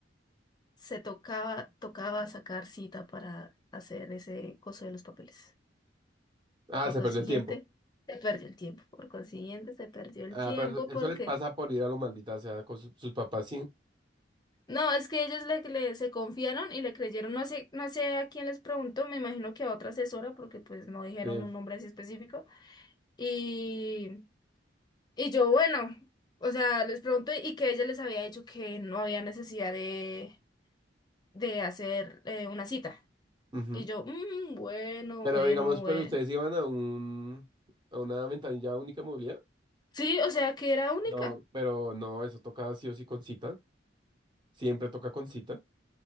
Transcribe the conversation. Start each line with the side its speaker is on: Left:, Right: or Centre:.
Left: se tocaba, tocaba sacar cita para hacer ese coso de los papeles.
Right: Ah,
Left: Por
Right: se
Left: consiguiente,
Right: perdió el tiempo.
Left: se perdió el tiempo. Por consiguiente, se perdió el
Right: Ah,
Left: tiempo
Right: pero eso
Left: porque...
Right: les pasa por ir a lo maldita sea con su- sus papás, sí.
Left: No, es que ellos le, le- se confiaron y le creyeron. No sé, no sé a quién les preguntó, me imagino que a otra asesora porque pues no dijeron
Right: Sí.
Left: un nombre así específico. Y, y yo, bueno, o sea, les pregunté y que ella les había dicho que no había necesidad de, de hacer eh, una cita.
Right: Ujú.
Left: Y yo, "Mm, bueno,
Right: Pero
Left: bueno,
Right: digamos,
Left: bueno.
Right: pero ustedes iban a un a una ventanilla única de movilidad.
Left: Sí, o sea, que era única.
Right: No, pero no, eso toca sí o sí con cita. Siempre toca con cita.